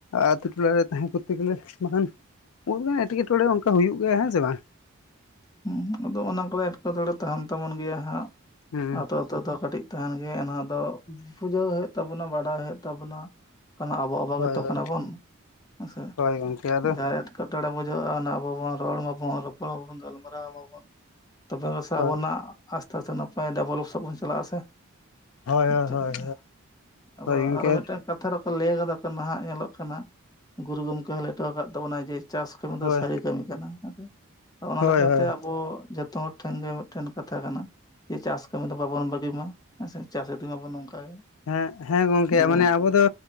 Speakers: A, on the left; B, on the left.
A: ᱟᱛᱳ ᱴᱚᱞᱟᱨᱮ ᱛᱟᱦᱮᱸ ᱠᱚᱛᱮ ᱜᱮᱞᱮ ᱵᱟᱠᱷᱟᱱ ᱩᱱᱟᱹᱜ ᱮᱴᱠᱮᱴᱚᱬᱮ ᱚᱱᱠᱟ ᱦᱩᱭᱩᱜ ᱜᱮᱭᱟ ᱦᱮᱸ ᱥᱮ ᱵᱟᱝ
B: ᱦᱩᱸ ᱟᱫᱚ ᱚᱱᱟ ᱠᱚᱫᱚ ᱮᱴᱠᱮᱴᱚᱬᱮ ᱛᱟᱦᱮᱱ ᱛᱟᱵᱚᱱ ᱜᱮᱭᱟ ᱦᱟᱸᱜ
A: ᱦᱮᱸ
B: ᱟᱫᱚ ᱚᱠᱛᱚ ᱫᱚ ᱠᱟᱹᱴᱤᱡ ᱛᱟᱦᱮᱱ ᱜᱮ ᱮᱱ ᱦᱚ ᱫᱚ ᱯᱩᱡᱟᱹᱣ ᱦᱩᱭᱩᱜ ᱛᱟᱵᱚᱱᱟ ᱵᱟᱰᱟᱭ ᱦᱩᱭᱩᱜ ᱛᱟᱵᱚᱱᱟ᱾ ᱠᱟᱱᱟ ᱟᱵᱚ ᱟᱵᱚ
A: ᱦᱳᱭ
B: ᱜᱮᱛᱚ
A: ᱦᱳᱭ
B: ᱠᱟᱱᱟ ᱵᱚᱱ ᱦᱮᱸᱥᱮ
A: ᱦᱳᱭ ᱜᱚᱢᱠᱮ ᱟᱫᱚ
B: ᱡᱟᱦᱟᱸ ᱮᱴᱠᱮᱴᱚᱬᱮ ᱵᱩᱡᱷᱟᱹᱜᱼᱟ ᱚᱱᱟ ᱟᱵᱚ ᱵᱚᱱ ᱨᱚᱲ ᱢᱟᱵᱚᱱ ᱨᱚᱯᱚᱲ ᱟᱵᱚᱱ ᱜᱟᱞᱢᱟᱨᱟᱣ ᱢᱟᱵᱚᱱ ᱛᱚᱵᱮ ᱣᱟᱥᱮ
A: ᱦᱳᱭ
B: ᱟᱵᱚᱱᱟᱜ ᱟᱥᱛᱮ ᱟᱥᱛᱮ ᱱᱟᱯᱟᱭ ᱰᱟᱵᱷᱞᱚᱯ ᱥᱟᱵ ᱵᱚᱱ ᱪᱟᱞᱟᱜ ᱟᱥᱮ
A: ᱦᱳᱭ
B: ᱢᱤᱫ
A: ᱦᱳᱭ
B: ᱠᱟᱛᱷᱟ ᱟᱫᱚ
A: ᱦᱳᱭ ᱜᱚᱢᱠᱮ
B: ᱟᱨ ᱢᱤᱫᱴᱟᱝ ᱠᱟᱛᱷ ᱠᱟᱛᱷᱟ ᱨᱮᱦᱚᱸ ᱠᱚ ᱞᱟᱹᱭ ᱠᱟᱫᱟ ᱠᱚ ᱱᱟᱦᱟᱜ ᱧᱮᱞᱚᱜ ᱠᱟᱱᱟ ᱜᱩᱨᱩ ᱜᱚᱢᱠᱮ ᱦᱚᱸ ᱞᱮᱭᱴᱚ ᱟᱠᱟᱫ ᱛᱟᱵᱚᱱᱟᱭ ᱡᱮ ᱪᱟᱥ ᱠᱟᱹᱢᱤ
A: ᱦᱳᱭ
B: ᱫᱚ ᱥᱟᱹᱨᱤ ᱠᱟᱹᱢᱤ ᱠᱟᱱᱟ ᱦᱮᱸ ᱥᱮ ᱟᱫᱚ ᱚᱱᱟ
A: ᱦᱳᱭ
B: ᱞᱮᱠᱟᱛ
A: ᱦᱳᱭ
B: ᱟᱵᱚ ᱡᱚᱛᱚ ᱦᱚᱲ ᱴᱷᱮᱱ ᱜᱮ ᱢᱤᱫᱴᱮᱱ ᱠᱟᱛᱷᱟ ᱠᱟᱱᱟ᱾ ᱡᱮ ᱪᱟᱥ ᱠᱟᱹᱢᱤ ᱫᱚ ᱵᱟᱵᱚᱱ ᱵᱟᱹᱜᱤ ᱢᱟ ᱦᱮᱸ ᱥᱮ ᱪᱟᱥ ᱤᱫᱤ ᱢᱟᱵᱚᱱ ᱱᱚᱝᱠᱟ ᱜᱮ
A: ᱦᱮᱸ ᱦᱮᱸ ᱜᱚᱝᱠᱮ
B: ᱱᱤᱭᱟᱹ
A: ᱢᱟᱱᱮ ᱟᱵᱚ ᱫᱚ